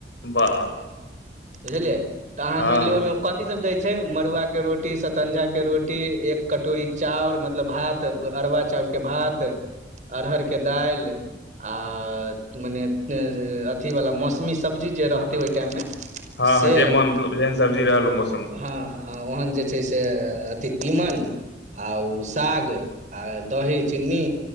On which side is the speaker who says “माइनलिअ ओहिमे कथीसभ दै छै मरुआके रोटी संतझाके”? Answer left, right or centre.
Right